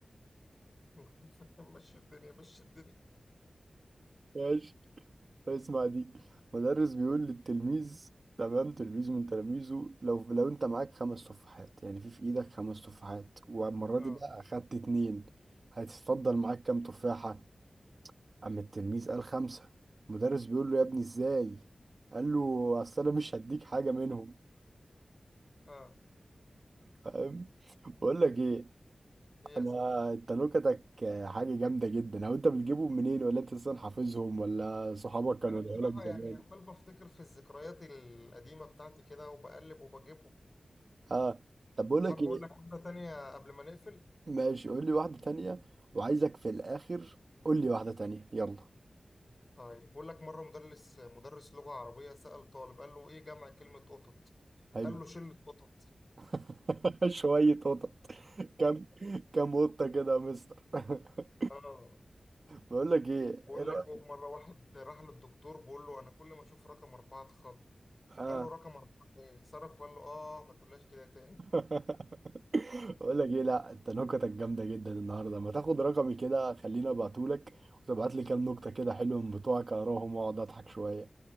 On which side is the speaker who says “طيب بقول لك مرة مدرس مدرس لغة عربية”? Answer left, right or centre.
Left